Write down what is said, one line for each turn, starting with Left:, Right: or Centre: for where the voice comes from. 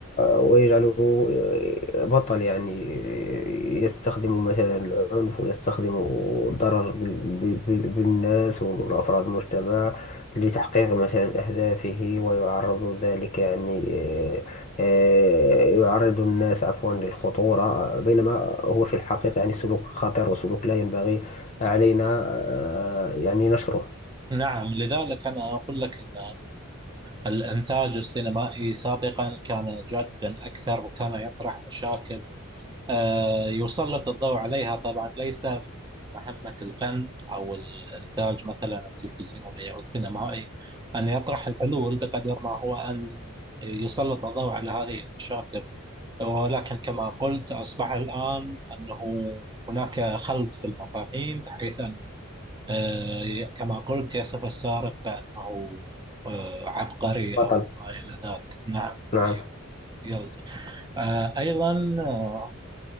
Left: ويجعله آه، بطل يعني يستخدم مثلا العنف ويستخدم الضرر بال- بال- بالناس والأفراد المجتمع لتحقيق مثلا أهدافه ويعرض ذلك يعني آه، آه، يعرض الناس عفوا للخطورة بينما هو في الحقيقة يعني سلوك خطير وسلوك لا ينبغي علينا آه، يعني نشره
Right: نعم لذلك أنا أقول لك أن الإنتاج السينمائي سابقا كان جادا أكثر وكان يطرح مشاكل آه، يسلط الضوء عليها طبعا ليس من مهمة الفن أو الإنتاج مثلا التلفزيوني أو السينمائي أن يطرح الحلول بقدر ما هو أن يسلط الضوء على هذه المشاكل ولكن كما قلت أصبح الآن أنه هناك خلط في المفاهيم بحيث أن آه، كما قلت يصف السارق بأنه آه، عبقري
Left: بطل
Right: أو ما إلى ذلك نعم
Left: نعم
Right: ي- ي- آه، أيضا آه،